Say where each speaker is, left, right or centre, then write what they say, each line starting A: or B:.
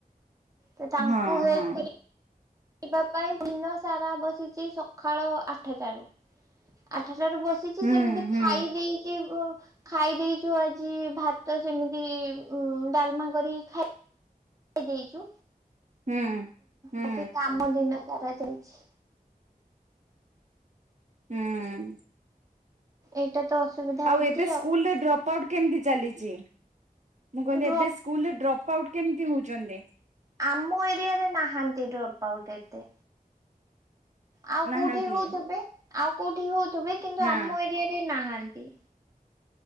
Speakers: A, on the right; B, on the right.
A: ତ ତାଙ୍କୁ
B: ହଁ
A: ହେଲ୍ପ
B: ହଁ
A: କରି କରିବା ପାଇଁ ଦିନ ସାରା ବସିଛି ସକାଳ ଆଠଟାରୁ ଆଠଟାରୁ ବସି ବସିଛି
B: ହୁଁ
A: ସେମିତି
B: ହୁଁ
A: ଖାଇ ଦେଇ ଖାଇ ଦେଇଛୁ ଆଜି ଭାତ ସେମିତି ଉମ ଡାଲମା କରି ଖାଇ ଦେଇଛୁ
B: ହୁଁ ହୁଁ
A: ବାକି କାମ ଦିନ ସାରା ଚାଲିଛି।
B: ହୁଁ।
A: ଏଇଟା ତ ଅସୁବିଧା
B: ଆଉ
A: ହଉଛି
B: ଏବେ ସ୍କୁଲ
A: ଆଉ
B: ରେ ଡ୍ରପ୍ ପ ଆଉଟ୍ କେମିତି ଚାଲିଛି ମୁଁ କହିଲି
A: ଡ୍ରପ
B: ଏବେ ସ୍କୁଲରେ ଡ୍ରପ୍ ଆଉଟ୍ କେମତି ହଉଛନ୍ତି
A: ଆମ ଏରିଆ ରେ ନାହାନ୍ତି ଡ୍ରପ୍ ଆଉଟ୍ ଏତେ ଆଉ
B: ନାହାନ୍ତି
A: କୋଉଠି ହଉଥିବେ ଆଉ କୋଉଠି ହଉଥିବେ କିନ୍ତୁ
B: ହଁ
A: ଆମ ଏରିଆରେ ନାହାନ୍ତି